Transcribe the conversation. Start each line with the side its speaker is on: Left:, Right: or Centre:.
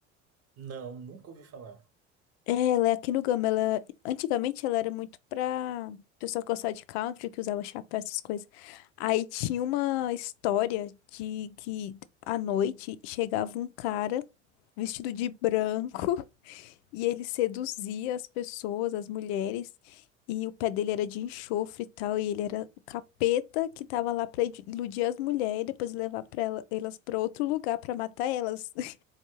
Right: não, nunca ouvi falar.
Left: É, ela é aqui no Gama. Ela, antigamente ela era muito pra pessoa que gostava de country, que usava chapéu, essas coisas. Aí tinha uma história de que à noite chegava um cara vestido de branco. E ele seduzia as pessoas, as mulheres, e o pé dele era de enxofre e tal, e ele era o capeta que tava lá pra iludir as mulheres e depois levar pra ela- elas pra outro lugar pra matar elas. <laughs>